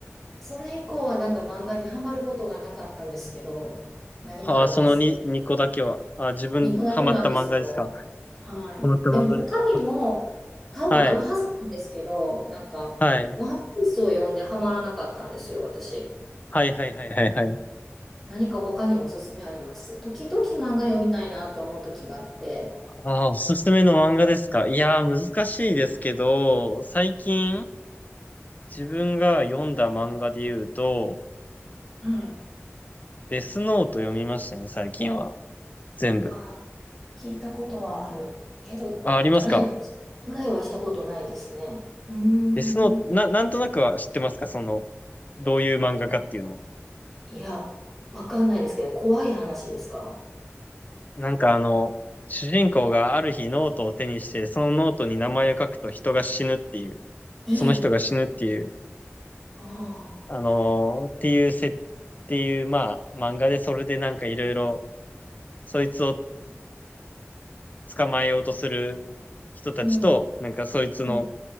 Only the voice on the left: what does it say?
はあ、その2、2個だけは。あ、自分、
ハマった漫画ですか
ハマった漫画ですか
はい。
はい。
はいはいはいはいはい。
ああ、おすすめの漫画ですかいやー、難しいですけど、最近、
自分が読んだ漫画で言うと、
デスノート読みましたね、最近は。全部。
あ、ありますか
デスノート、な、なんとなくは知ってますかその、どういう漫画かっていうのは。
なんかあの、主人公がある日ノートを手にして、そのノートに名前を書くと人が死ぬっていう。
その人が死ぬっていう、
あのーっていうせ、っていう、まあ、漫画でそれでなんかいろいろ、そいつを捕まえようとする人たちと、
なんかそいつの